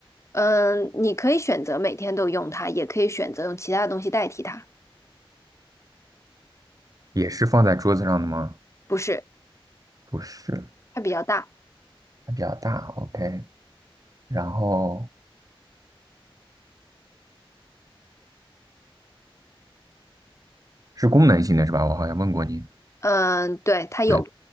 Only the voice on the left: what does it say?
嗯，你可以选择每天都用它，也可以选择用其他的东西代替它。
不是，
它比较大。
嗯，对，它有